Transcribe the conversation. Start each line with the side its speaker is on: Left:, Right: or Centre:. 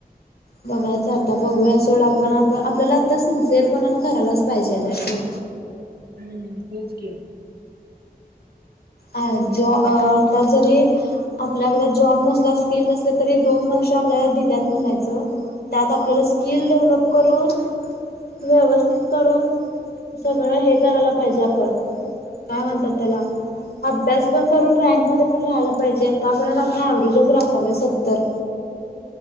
Left: बघायचं आता बघूया सोड आपण आप आपल्याला आता सिन्सिअर पणान करायलाच पाहिजेलाय सोड
Right: हं तेच की
Left: अ जॉ आता जरी आपल्याकडे जॉब नसला स्किल नसल तरी दोन वर्ष आपल्याला दिल्यात म्हणायचं त्यात आपल्याला स्किल डेव्हलप करून व्यवस्थित करून सगळं हे करायला पाहिजे आपण काय म्हणतात त्याला अभ्यास पण करून रँकमध्ये पण राहिला पाहिजे आतापर्यंत आपण ऍव्हरेज राहताले सत्तर